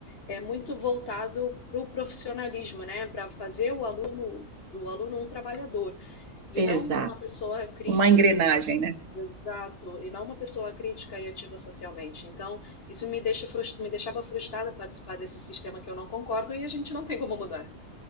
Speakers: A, on the left; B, on the right.
A: é muito voltado para o profissionalismo, né? Para fazer o aluno do aluno um trabalhador. E
B: Exato.
A: não uma pessoa crítica,
B: Uma engrenagem, né?
A: exato, e não uma pessoa crítica e ativa socialmente. Então, isso me deixa frust... me deixava frustrada participar desse sistema que eu não concordo e a gente não tem como mudar.